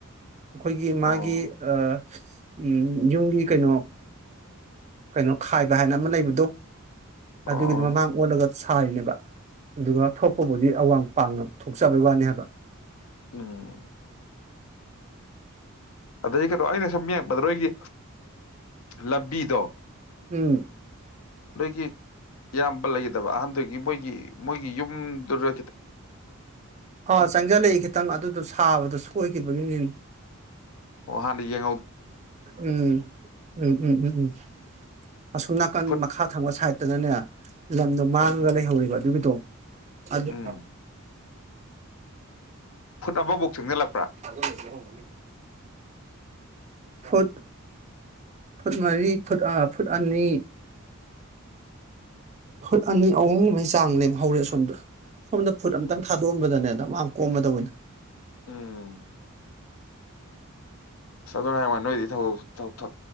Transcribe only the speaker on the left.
ꯑꯣ
ꯑꯣ
ꯎꯝ ꯑꯗꯗꯒꯤ ꯀ ꯣ ꯑꯩꯅ ꯁꯨꯝ ꯌꯦꯡꯄꯗ꯭ꯔꯣ ꯑꯩꯒꯤ ꯂꯕꯤꯗꯣ
ꯂꯩꯒꯤ ꯏꯌꯥꯝꯕ ꯂꯩꯒꯗꯕ ꯑꯍꯟꯗꯨꯒꯤ ꯃꯣꯏꯒꯤ ꯃꯣꯏꯒꯤ ꯌꯨꯝꯗꯨꯔ
ꯋꯥꯍꯥꯗꯤꯖ
ꯐꯨꯠ
ꯎꯝ
ꯐꯨꯠ ꯑꯃꯕꯨꯛ ꯆꯪꯖꯜꯂꯛꯄ꯭ꯔꯥ
ꯎꯝ ꯆ ꯍꯥꯏꯕ ꯅꯣꯏꯗꯤ ꯊꯧꯛ